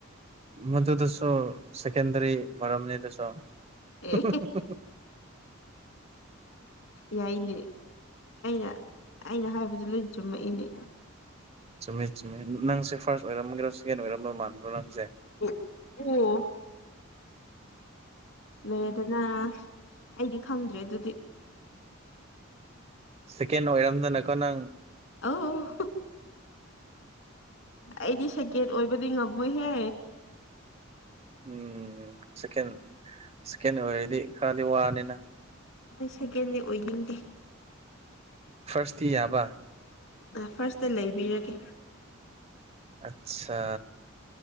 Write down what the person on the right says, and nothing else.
ꯃꯗꯨꯗꯁꯨ ꯁꯦꯀꯦꯟꯗꯔꯤ <inaudible>
ꯆꯨꯝꯃꯦ ꯆꯨꯝꯃꯦ ꯅꯪꯁꯦ ꯐꯥ꯭ꯔꯁ ꯑꯣꯏꯔꯝꯒꯦꯔꯣ ꯁꯦꯀꯦꯟ ꯑꯣꯏꯔꯝꯕ ꯃꯥꯟꯕ꯭ꯔꯣ ꯅꯪꯁꯦ
ꯁꯦꯀꯦꯟ ꯑꯣꯏꯔꯝꯗꯅꯀꯣ ꯅꯪ
ꯎꯝ ꯆꯀꯦꯟ ꯆꯀꯦꯟ ꯑꯣꯏꯔꯗꯤ ꯈꯔꯗꯤ ꯋꯥꯅꯤꯅ
ꯐꯔꯁꯇꯤ ꯌꯥꯕ
ꯑꯠꯆꯥ